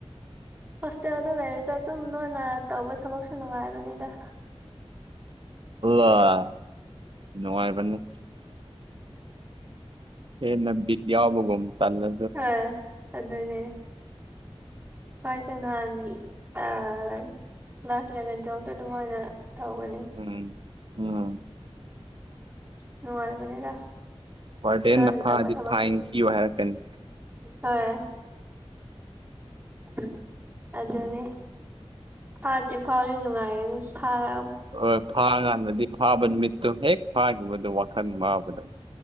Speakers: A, on the right (about 20°); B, on the right (about 55°).
A: ꯍꯣꯁꯇꯦꯜꯗ ꯂꯩꯔꯤꯒ ꯑꯗꯨꯝ ꯅꯣꯟꯅ ꯇꯧꯕ ꯊꯕꯛꯁꯨ ꯅꯨꯡꯉꯥꯏꯕꯅꯤꯗ
B: ꯑꯣ ꯅꯉꯥꯏ ꯃꯅꯤ ꯍꯦꯟꯅꯕꯤ ꯌꯥꯎꯕꯒꯝ ꯇꯥꯟꯅ
A: ꯑ ꯑꯗꯨꯅꯦ ꯁꯦ ꯅ ꯑ ꯀ꯭ꯂꯥꯁ ꯏꯂꯚꯦꯟ ꯇꯦꯜꯐꯇ ꯑꯗꯨꯃꯥꯏꯅ ꯇꯧꯕꯅꯤ
B: ꯎꯝ ꯎꯝ
A: ꯅꯨꯡꯉꯥꯏꯕꯅꯦꯗ
B: ꯋꯥꯔꯗꯦꯟꯅ
A: ꯇꯧꯏꯅ
B: ꯐꯥꯗꯤ
A: ꯇꯧꯕ ꯊꯕꯛꯁꯨ
B: ꯐꯥꯏꯟ ꯊꯤꯌꯣ ꯍꯥꯏꯔꯛꯀꯅꯤ
A: ꯍꯣꯏ <unintelligible> ꯑꯗꯨꯅꯦ ꯐꯥꯗꯤ ꯐꯥꯎꯗꯤ ꯅꯨꯡꯉꯥꯏꯒꯅꯤ ꯐꯥꯔ
B: ꯍꯣꯏ ꯐꯥꯀꯥꯟꯗꯗꯤ ꯐꯥꯕ ꯅꯨꯃꯤꯠꯇꯣ ꯍꯦꯛ ꯐꯥꯈꯤꯕꯗꯣ ꯋꯥꯈꯜ ꯋꯥꯕꯗ